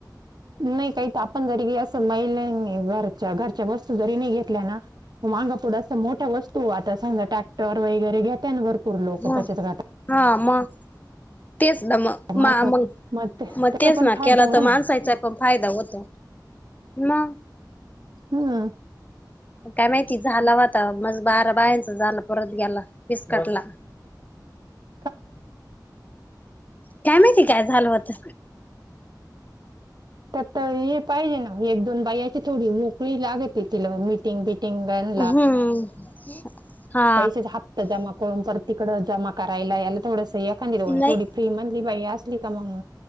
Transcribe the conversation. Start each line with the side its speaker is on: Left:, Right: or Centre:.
Right: नाही काही पणंदरी असं महिला बर घरच्या वस्तू जरी नाही घेतल्या ना माांगा पुढ अस मोठ्या वस्तू आता समजा टा ट्टर वगैरे घेत आणि भरपूर लोक
Left: ह
Right: बचत गटात
Left: हा मग तेच ना मग
Right: मार्फत
Left: मग
Right: ते त्याचा
Left: मग तेच
Right: पण
Left: ना
Right: फायदा
Left: केला
Right: होतो
Left: तर
Right: ना
Left: माणसायचा कण फायदा होत म
Right: हम
Left: काय माहिती झाला वा आता म बारा बायांचं झालं परत गेला विस्कटला
Right: <unintelligible>
Left: काय माहिती काय झालं होत
Right: तर तर हे पाहिजे ना एक दोन बायाची थोडी मोकळी लागते तिला मिी मटिंग पिटिंगन
Left: हम्म हा
Right: पैसे हा्तात जमा करून पर तिकडं जमा करायला याला थोडंसं एखां देऊ
Left: नाही
Right: थोडी फ्री म्हली बा असली का मग